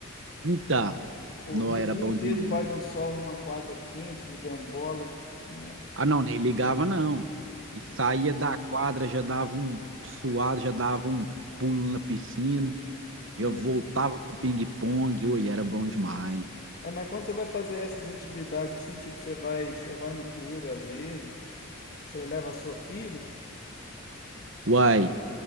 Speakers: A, on the right (about 60°); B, on the left (about 45°).
A: Então,
B: Corria
A: não era
B: o dia
A: bom
B: inteiro
A: demais.
B: debaixo de um sol, numa quadra quente, jogando bola. Nossa,
A: Ah, não, nem ligava não. E saía
B: é,
A: da quadra, já dava um suado, já dava um pulo na piscina. Eu
B: né?
A: voltava pro ping-pong, ui, era bom demais.
B: É, mas quando você vai fazer essas atividades assim, tipo, você vai, você vai no clube às vezes, você leva a sua filha,
A: Uai,